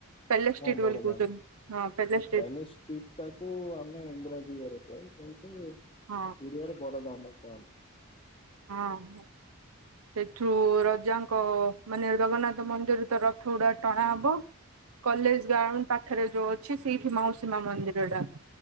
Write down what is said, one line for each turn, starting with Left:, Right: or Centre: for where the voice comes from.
Right: ପେଲେଷ୍ଟ୍ରିଟ
Left: ହଁ ବଡଦାଣ୍ଡ,
Right: ବୋଲି କହୁଛନ୍ତି
Left: <unintelligible>
Right: ହଁ ପେଲେଷ୍ଟ୍ରିଟ
Left: ଆମେ ଇଂରାଜୀରେ <inaudible> ସେମିତି ଓଡିଆରେ
Right: ହଁ
Left: ବଡଦାଣ୍ଡ କୁହନ୍ତି।
Right: ହଁ। ସେଠୁ ରଜାଙ୍କ ମାନେ ଜଗନ୍ନାଥ ମନ୍ଦିରରେ ତ ରଥଗୁଡା ଟଣା ହବ? କଲେଜ ଗ୍ରାଉଣ୍ଡ୍ ପାଖରେ ଯୋଉ ଅଛି ସେଇଠି ମାଉସୀମା ମନ୍ଦିରଟା।